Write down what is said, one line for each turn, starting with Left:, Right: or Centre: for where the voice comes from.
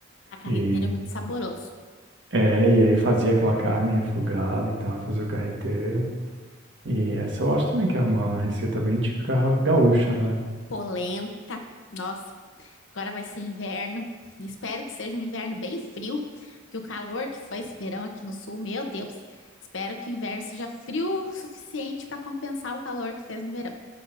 Left: A carreteira
Right: E,
Left: é muito saboroso.
Right: é, e aí fazia aquela carne refogada e tal, fazia o carreteiro. E essa eu acho também que é uma receita bem típica gaúcha, né?
Left: Polenta, nossa, agora vai ser inverno. e Espero que seja um inverno bem frio, porque o calor que foi esse verão aqui no sul, meu Deus. Espero que o inverno seja frio o suficiente para compensar o calor que fez no verão.